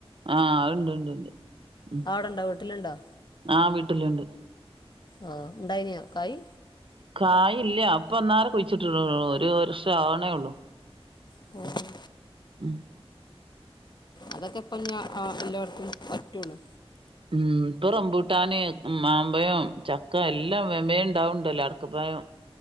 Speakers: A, on the right; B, on the left.
A: ആഅയ്ണ്ട് ഇണ്ട് ഇണ്ട്ണ്ട് ഉം
B: അവിടെണ്ടോ വീട്ടിലുണ്ടോ
A: ആഹ് വീട്ടില് ണ്ട്.
B: ആഹ് ഇണ്ടായിനിയോ കായി.
A: കായില്ല ഇപ്പന്നാരേ കുഴിച്ചിട്ടിടോള്ളൂ ഒരു വർഷം ആവണേള്ളൂ.
B: പോ <unintelligible>
A: <unintelligible>
B: അതൊക്കെ ഇപ്പ ഞാ അക്രിലോഡ്ക്കും പറ്റൊള്ളൂ.
A: ഉം ഇപ്പൊ റംബൂട്ടാന്. മ് മാമ്പയം, ചക്ക എല്ലാം വേം വേം ഇ ണ്ടാവ്ണ്ടല്ലോ അടക്കപ്പായം.